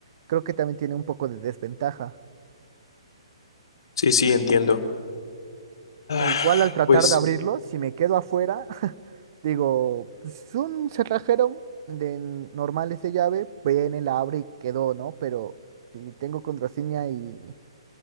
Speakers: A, on the right; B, on the left.
A: creo que también tiene un poco de desventaja.
B: Sí, sí, entiendo. Ah,
A: E igual al tratar
B: pues
A: de abrirlo, si me quedo afuera, <laughs> digo, pues un cerrajero de n- normales de llave, viene, la abre y quedó, ¿no? Pero si tengo contraseña y,